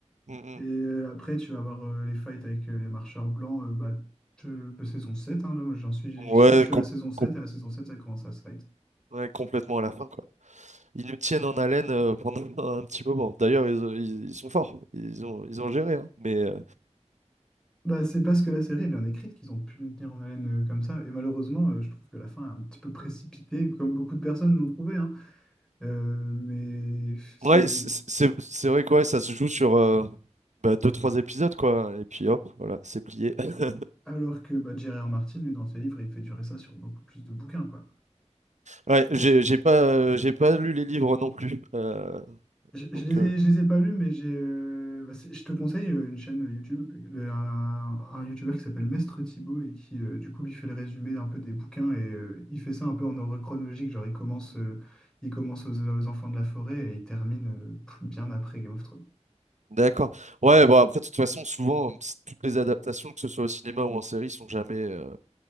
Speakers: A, on the right; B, in the centre.
A: Mm,
B: Et euh, après, tu vas avoir euh, les fights avec euh, les marcheurs blancs, euh, bah, que- que saison 7 hein, là, moi, j'en suis,
A: mm.
B: j'y
A: Ouais,
B: suis, je suis
A: com-
B: à la saison 7
A: com-
B: et à la saison 7 ça commence à se fight.
A: ouais, complètement à la fin quoi. Ils nous tiennent en haleine euh, pendant <laughs> un petit moment. D'ailleurs, ils, ont- ils, ils sont forts, ils ont, ils ont géré, hein. Mais euh,
B: Bah, c'est parce que la série est bien écrite qu'ils ont pu le tenir en haleine euh, comme ça. Et malheureusement, euh, je trouve que la fin est un petit peu précipitée, comme beaucoup de personnes l'ont trouvé. hein. Euh, mais c'est.
A: Ouais, c-
B: c'est-
A: c'est c'est vrai quoi, ça se joue sur euh, bah, deux, trois épisodes quoi, et puis hop, voilà, c'est plié. <laughs>
B: Alors que bah, J.R.R. Martin, lui, dans ses livres, il fait durer ça sur beaucoup plus de bouquins, quoi.
A: Ouais, j'ai j'ai pas euh, j'ai pas lu les livres non plus. euh,
B: Je, je
A: donc
B: les
A: euh,
B: ai, je les ai pas lus, mais j'ai, euh, bah, c'est- je te conseille euh, une chaîne YouTube, le- un, un YouTuber qui s'appelle Mestre Thibaut et qui, euh, du coup, lui fait le résumé un peu des bouquins et euh, il fait ça un peu en ordre chronologique. Genre, il commence, euh, il commence aux, aux Enfants de la forêt et il termine euh, pff, bien après Game of Thrones.
A: d'accord. Ouais, bon après de toute façon, souvent c'est- toutes les adaptations, que ce soit au cinéma ou en série, sont jamais euh,